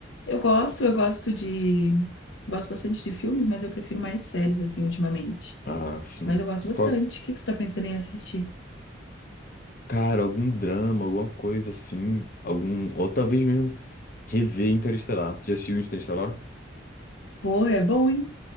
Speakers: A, on the left; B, on the left.
A: Eu gosto, eu gosto de. Gosto bastante de filmes, mas eu prefiro mais séries, assim, ultimamente.
B: Ah, sim.
A: Mas eu gosto bastante.
B: Qual?
A: O que que você tá pensando em assistir?
B: Cara, algum drama, alguma coisa assim, algum. Ou talvez mesmo rever Interestelar. Você já assistiu Interestelar?
A: Porra, é bom, hein?